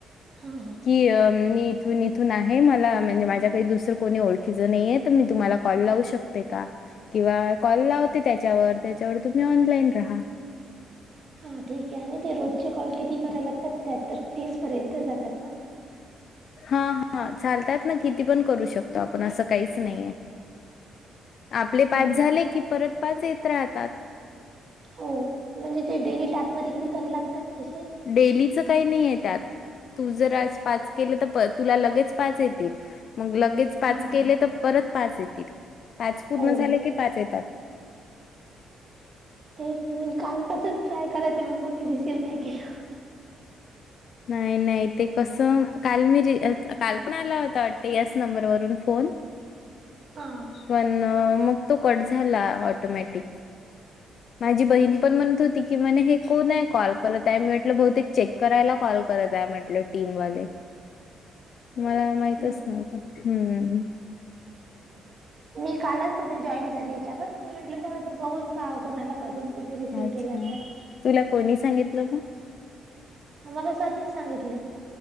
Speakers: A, on the right; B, on the left.
A: हा हा.
B: की मी इथून इथून आहे मला म्हणजे माझ्या काही दुसरं कोणी ओळखीचं नाही ये, तर मी तुम्हाला कॉल लावू शक ते का किंवा कॉल लावते त्याच्यावर त्याच्यावर तुम्ही ऑनलाईन राहा.
A: हा ठीक आहे आणि ते रोजचे कॉल किती करायला लागतात त्या तर तीस पर्यंत जातात ना.
B: हा हा चालतात ना किती पण करू शकतो आपण असं काहीच नाहीेये. आपले
A: हम्म,
B: पाच झाले की परत पाच येत राहतात.
A: हो म्हणजे जे डेली टास्क मध्ये किती करा लागतात तशे?
B: डेलीचा काय नाय त्यात. तू जर आज पाच केलं तर प तुला लगेच पाच येतील मग लगे पाच
A: हां, हां.
B: केले तर परत पाच येतील पाच पूर्ण
A: हो,
B: झाले की पाच येतात.
A: तेच मी कालपासून ट्राय करायते म्हणून कोणी रिसीव्ह नाही केला.
B: नाही नाही ते कसं काल मी री अ त काल पण आला होता वाटते याच नंबरवरून फोन.
A: हा.
B: पण मग तो कट झाला ऑटोमॅटिक. माझी बहीण पण म्हणत होती की म्हणे हे कोण आहे कॉल करत आहे मी म्हटलं बहुतेक चेक करायला कॉल करत आहे म्हटलं टीमवाले मला माहितच
A: हम्म.
B: नव्हतं. हम्म.
A: मी कालच जॉईन म झाली याच्यावर मी म्हटलं जाऊ दे बघून काय कोणाला करून कुणी रिसीव्ह
B: अच्छा
A: केला तर
B: तुला कोणी सांगितलं मग.
A: आम्हाला सरनीच सांगितलया.